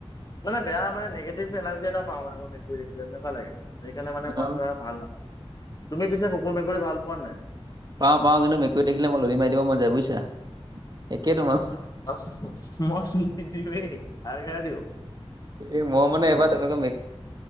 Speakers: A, on the left; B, on the right.
A: মানে বেয়া মানে নিগেটিভ এনাৰজি এটা পাও মানে মেকুৰি দেখিলে তেনেকুৱা লাগে সেইকাৰণে মানে মই
B: অ
A: ধৰা ভাল নাপাওঁ তুমি পিছো কুকুৰ মেকুৰী ভাল পোৱা নাই
B: পাও পাও কিন্তু মেকুৰি দেখিলে মোৰ লদী মাৰি দিব মন যায় বুজিছা একে তোমা
A: <unintelligible>
B: এই মই মানে এবাৰ তেনেকা